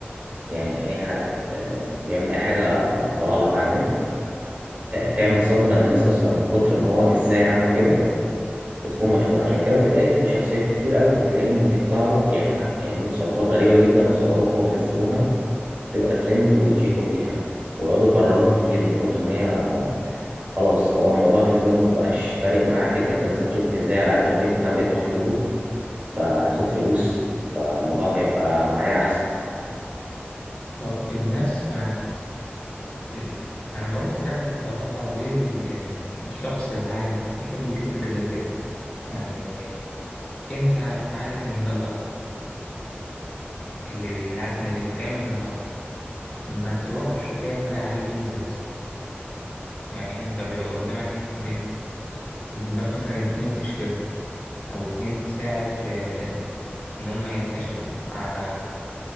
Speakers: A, on the right; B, on the left.
A: يعني اي حد آه، بيعمل اي حاجه غلط على النت آه، تعمل صدمه للناس اصلا من كتر ما هو ازاي عمل كده بتكون مشهور عشان كده بتلاقي في شخصيات كتير قوي بتلاقيهم بيطلعوا يعملوا ح- يعملوا تصرفات غريبه جدا ويصوروها وينزلوها تبقى ترند ويتشهروا بيها ويقعدوا يكرروها كتير من كتر ما هي خلاص هو الموضوع بالنسبة له ما بقاش فارق معاه فكرة الناس هتشوفني ازاي على قد ما فكرة انا بقيت مشهور فهاخد فلوس فالموضوع هيبقى معايا احسن
B: طب الناس يعني ال- انا برضو حاجات بستغربها ليه ال- الشخص العادي يحب يشوف حاجة زي كده يعني انت عارف ان ده غلط اللي بي- اللي عارف ان اللي بيتعمل ده غلط ما تروحش تعمل عليه ميمز مثلا يعني انت بيبقى قدامك م- قدامك مثلا اتنين تشهرهم او اتنين تساعد في ان هم ينتشروا على